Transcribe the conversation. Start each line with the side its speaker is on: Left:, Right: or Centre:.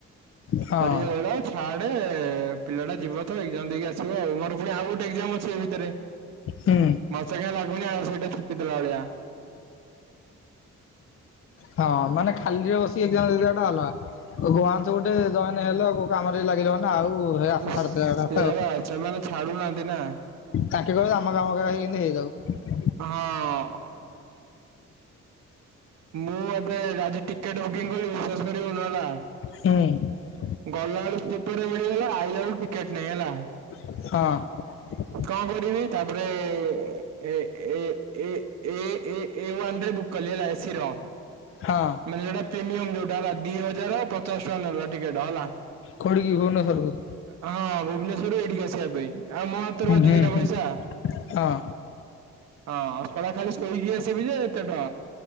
Left: ହଁ
Right: ହେଠୁ ୟେ କହିଲା ଛାଡ। ପିଲାଟା ଯିବ ତ ଏଗ୍ଜାମ ଦେଇକି ଆସିବ ଆଉ ମୋର ପୁଣି ଆଉ ଗୋଟେ ଅଛି ଏ ଭିତରେ
Left: ହୁଁ
Right: ମୋତେ କାଇ ଲାଗୁନି ଆଉ ସେଇଟା ଛୁଟି ଦେଲା ଭଳିଆ।
Left: ହଁ ମାନେ ଖାଲିରେ ବସି ଦେଲା ଟା ଅଲଗା ୱନ୍ସ ଗୋଟେ ଜଇନ ହେଲୋ କଉ କାମରେ ଲାଗିଲା ନା ଆଉ। ହେ ଆଶା
Right: ସେ
Left: ଛାଡ଼ିଦେବା କଥା ଆଉ
Right: ସେମାନେ ଛାଡୁନାହାନ୍ତି ନା।
Left: ତାଙ୍କେ କହିବେ ଆମ କାମ କେମିତି ହେଇଯାଉ।
Right: ହଁ। ମୁଁ ଏବେ ଆ ଟିକେଟ ବୁକିଂ କଲି ବିଶେଷ କର ନହେଲା
Left: ହଁ।
Right: ଗଲାଳୁ ସ୍ପରେ ମିଳିଗଲା ଆଇଲା ବେଳୁ ଟିକେଟ ନାହିଁ ହେଲା।
Left: ହଁ।
Right: କଣ କରିବି ତାପରେ ଏ ଏ ଏ ଏୱରେ କଲେଳୟସିର ମାନେ
Left: ହଁ
Right: ଯୋଉଟା ପ୍ରିମିୟମ ଯୋଉଟା ହେଲା ଦି ହଜାର ପଚାଶ ଟଙ୍କା ନେଲା ଟିକେଟ ହେଲା।
Left: ଖୋଡ଼ଗି ଭୁବନେଶ୍ଵରକୁ
Right: ହଁ ଭୁବନେଶ୍ୱରରୁ ଏଇଠିକି ଆସିବା ପାଇଁ ଆଉ ମହାତରବାଦ
Left: ହୁଁ।
Right: ଯୋଜନା ପଇସା
Left: ହଁ
Right: ହଁ ସରା ଖାଲି ଶୋଇକି ଆସିବି ଯେ ଏତେ ଟଙ୍କା